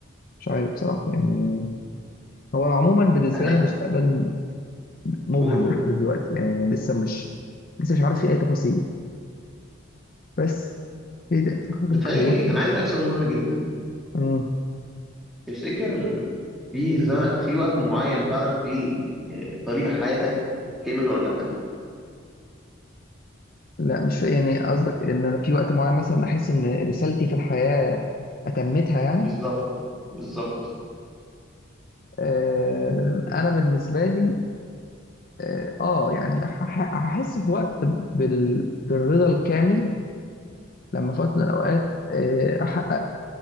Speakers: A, on the left; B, in the centre.
A: مش عارف بصراحة يعني هو عموما بالنسبة
B: انا
A: لي المستقبل مبهم
B: قول قول
A: لحد دلوقتي يعني لسه مش لسه مش عارف في أي تفاصيل بس هي دي أكتر حاجة
B: بتهيألي
A: بتخوفني
B: انا عايز اسالك سؤال مهم جدا
A: امم
B: تفتكر في ز... في وقت معين تعرف فيه إيه، طريق حياتك كامل ولا لا
A: لا مش فا- يعني قصدك إن أنا في وقت معين مثلا أحس إن رسالتي في الحياة أتمتها يعني
B: بالظبط بالظبط
A: آه أنا بالنسبة لي آه آه، يعني أح- أحس في وقت بال... بالرضا الكامل لما في وقت من الأوقات آه، احقق